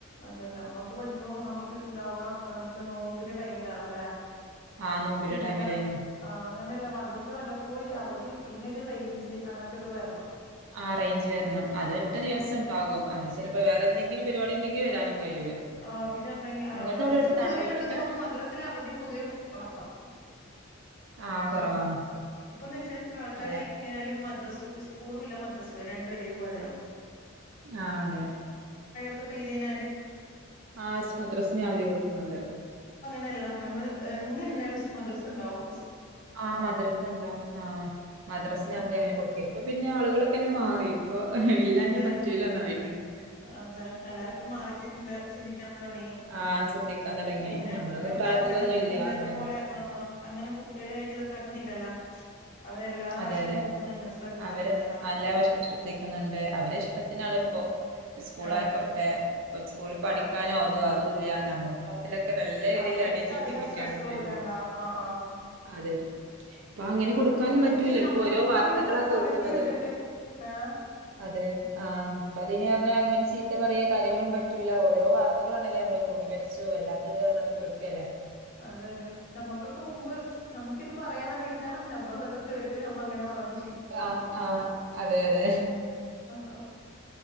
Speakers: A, on the left; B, on the right.
A: അതെ നമ്മക്ക് പഠിക്കുമ്പോ നമ്മുക്ക് ഇണ്ടാവാ നോമ്പിന്റെ ടൈമിലാന്നല്ലേ
B: ആ നോമ്പിന്റെ
A: പിന്നെ
B: ടൈമിലേനു
A: ആ അങ്ങനെല്ല മദ്രസ വല്ലപ്പോഴ് അവധ് പിന്നെ ഒരു റേഞ്ച് അങ്ങൻത്തെക്കെ വരണം
B: ആറേഞ്ച് വരണം അത് ഒറ്റ
A: ആഹ്
B: ദിവസം ഉണ്ടാകും അന്ന് ചെലപ്പോ വേറെ എന്തെങ്കിലുംപരിപാടി ഇണ്ടെങ്കിൽ വരാനും കഴിയൂല
A: ആ പിന്നെ എന്തെങ്ക ആ
B: നിങ്ങളുടെ
A: മദ്രസ്
B: അവിടെ അടുത്താണോ
A: പൊതുവേനിക്ക്
B: വീടൊക്കെ
A: തോന്നും മദ്രസില് അവധി പൊതുവെ കൊറവാന്ന്
B: ആ
A: ഏഹ്
B: കുറവാണ്
A: ഇപ്പൊന്ന് വെച്ചാ മഴക്കാലായ്ക്ക്യലും
B: അതെ
A: മദ തു സ്കൂളൂല്ല മദ്രസ്സുല രണ്ടു ഒരേ പോലെയാവണം
B: ആഹ് അതെ
A: ക്കെ പെയ്ത കഴിഞ്ഞാൽ
B: ആഹസ് മദ്രസ് ഞ്ഞ അവധി കൊടുക്കുന്നുണ്ട്
A: നല്ല നമ്മള് എങ്ങനെണ്ടായാൽ മദ്രസുണ്ടാവും
B: ആഹ് മദ്രസ്സണ്ടൊ ആ മദ്രസ്ന്
A: ഉം
B: അവധി അങ്ങനെ കൊടുക്ക ഇപ്പൊ പിന്നെ പിന്നെ ആളുകളൊക്കെന്നെ മാറി ഇപ്പൊ ഇല്ലാഞ്ഞ
A: അതെ
B: പറ്റൂലന്നായിട്ടുണ്ട്
A: അതെ എല്ലാരു മാറിന്ത ചിന്തിക്കാൻ തൊടങ്ങി
B: ആ ചിന്തിക്കാൻ തുടങ്ങി
A: പിന്നെ
B: നമ്മളൊക്കെ
A: ഞ്ഞമ്മളങ്ങനെ
B: പ്രായത്തിലൊന്നും ഇല്ല
A: മുമ്പേത്തെ
B: അങ്ങനെ
A: പോലെ <unintelligible> അങ്ങനെ കുട്ട്യേളെ ആയിട്ട് ഇതാക്കുന്നില്ലല്ലോ അവരെല്ലാ
B: അതെ
A: വശവും
B: അതെ
A: നോക്കുന്നുണ്ടല്ലോ ശ്രദ്ധിക്കുന്നുണ്ടല്ലോ
B: അവര് അല്ലാവശം ശ്രദ്ധിക്കുന്നുണ്ട് അവരെ ഇഷ്ടത്തിനാണ്
A: ഉം
B: ഇപ്പോ സ്കൂൾ
A: അതെ
B: ആയിക്കോട്ടെ ഇപ്പ സ്കൂളിൽ പഠിക്കാനോ
A: അതെ
B: ഇതൊ
A: ആഹ്
B: അതോ അത ഇല്ല ഞമ്മളെ <unintelligible> ക്കെ നല്ല രീതിൽ
A: അവർക്ക്
B: അടിയു ചീത്തിം
A: അധികം
B: കിട്ട്യാണ്ട്
A: സ്ട്രെസ്സ് കൊടുക്കണ്ട
B: വര്ന്ന്
A: ആഹ് ആഹ്
B: അതെ അപ്പൊ അങ്ങനെ
A: അതൊക്കെ
B: കൊടുക്കാനും
A: ഒരു കണക്ക്
B: പറ്റ് ഇല്ല
A: ഞമ്മ
B: ഇപ്പോ
A: ഞമ്മക്ക്
B: വാർത്തകളാ
A: കിട്ടാത്തത്
B: കേൾക്ക്
A: അവർക്ക്
B: ന്നത്
A: കിട്ടട്ട് ആഹ്
B: അതെ ആഹ് പതിനെ ക അങ്ങനെ ചീത്ത പറയെ കാര്യങ്ങളും പറ്റൂല്ല ഓരോ വാർത്തകളാണല്ലേ നമ്മള് തൂങ്ങി മരിച്ചു അല്ലാത്തത് പറഞ്ഞാണ്ട് കേൾക്കല്ലേ
A: അതെ അതെ നമ്മുക്കൊക്കെ മുമ്പ് നമുക്കിത് പറയാന അറില്ല നമ്മളതൊക്കെ കേട്ട് നമ്മ അങ്ങനെ വളർന്ന
B: ആ ആ അതെ അതെ
A: ആഹ